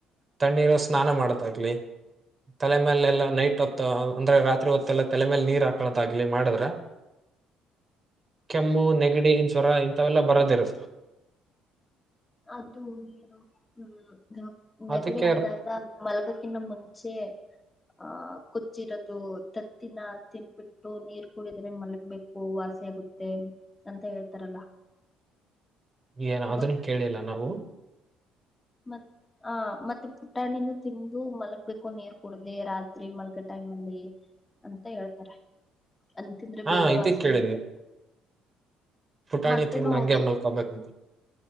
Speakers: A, on the right; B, on the left.
A: ತಣ್ಣೀರು ಸ್ನಾನ ಮಾಡತ್ಗಲಿ ತಲೆ ಮೇಲೆಲ್ಲ ನೈಟ್ ಹೊತ್ತ ಅಂದ್ರೆ ರಾತ್ರಿ ಹೊತ್ತ ಎಲ್ಲ ತಲೆ ಮೇಲೆ ನೀರ್ ಹಾಕಳದಾಗ್ಲಿ ಮಾಡಿದ್ರ ಕೆಮ್ಮು ನೆಗಡಿ ಜ್ವರ ಇಂಥವೆಲ್ಲಾ ಬರೋದಿರುತ್ತೆ
B: ಅದು ಏನು ಹ್ಮ್ ನೆಗಡ
A: ಅದಕ್ಕೆ
B: ಆದಾಗ ಮಲಗ ಕಿನ್ನ ಮುಂಚೆ ಆಹ ಕುಚ್ಚಿರೋದು ತತ್ತಿನ ತಿನ್ಬಿಟ್ಟು ನೀರ್ ಕುಡಿದ್ರೆ ಮಲಗ್ಬೇಕು ವಾಸ ಆಗುತ್ತೆ ಮತ್ತೇ ಅಂತ ಹೇಳ್ತಾರಲ್ಲ
A: ಏನ್ ಅದನ್ನು
B: ಗೊತ್ತ
A: ಕೇಳಿಲ್ಲ ನಾವು
B: ಮತ್ತ ಹ ಮತ್ತೆ ಪುಟ್ಟಾಣಿನೂ ತಿಂದು ಮಲ್ಗ್ಬೇಕು ನೀರ್ ಕುಡ್ದ ರಾತ್ರಿ ಮಲ್ಗ ಟೈಮ್ ಅಲ್ಲಿ ಅಂತ ಹೇಳ್ತಾರೆ ಅಂತಿಂದ್ರೆ
A: ಹಾ
B: ಬೇಗ
A: ಇದ
B: ವಾಸ
A: ಕೇಳಿದ್ವಿ
B: ಹೋಗ
A: ಪುಟಾಣಿ
B: ಮೊಟ್ಟೆ
A: ತಿಂದ
B: ನ
A: ಹಂಗೆ
B: ಹೌದು
A: ಮಲ್ಕೋಬೇಕಂತ